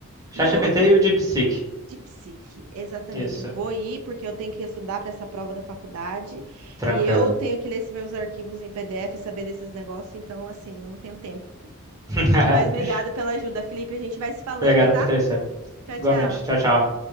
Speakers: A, on the right; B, on the right.
A: ChatGPT
B: E o outro,
A: e o DeepSeek.
B: de psique. Exatamente.
A: Isso,
B: Vou ir porque eu tenho que estudar para essa prova da faculdade
A: tranquilo.
B: e eu tenho que ler esses meus arquivos em PDF e saber desses negócios. Então, assim, eu não tenho tempo.
A: <laughs>
B: Mas obrigada pela ajuda, Felipe. A gente vai se falando,
A: Obrigado,
B: tá?
A: Patrícia.
B: Tchau,
A: Igualmente.
B: tchau.
A: Tchau, tchau.